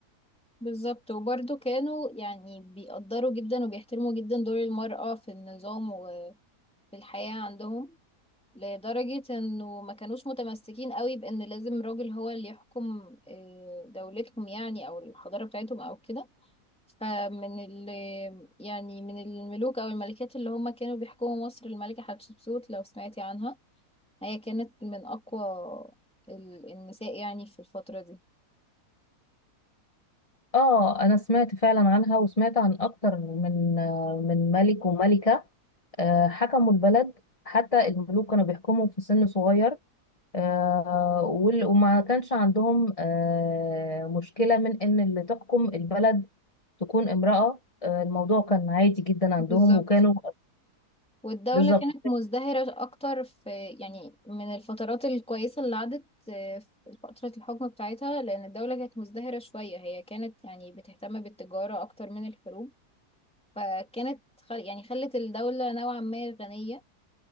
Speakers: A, in the centre; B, on the left.
A: بالظبط وبرضه كانوا يعني بيقدروا جدا وبيحترموا جدا دور المرأة في النظام وفي الحياة عندهم لدرجة انه ما كانوش متمسكين قوي بان لازم راجل هو اللي يحكم آه، دولتهم يعني او الحضارة بتاعتهم او كده فمن ال يعني من الملوك أو الملكات اللي هم كانوا بيحكموا مصر الملكة حتشبسوت لو سمعتي عنها هي كانت من أقوى ال- النساء يعني في الفترة دي
B: اه انا سمعت فعلا عنها وسمعت عن اكتر من آه، من ملك وملكة آه، حكموا البلد حتى الملوك كانوا بيحكموا في سن صغير آه، وال- وما كانش عندهم آه، مشكلة من ان اللي تحكم البلد تكون امرأة آه، الموضوع كان عادي جدا عندهم
A: بالظبط
B: وكانوا
A: والدولة
B: بالظبط
A: كانت مزدهرة أكتر في يعني من الفترات الكويسة اللي عدت آه، في فترة الحكم بتاعتها لأن الدولة كانت مزدهرة شوية هي كانت يعني بتهتم بالتجارة أكتر من الحروب فكانت خل يعني خلت الدولة نوعا ما غنية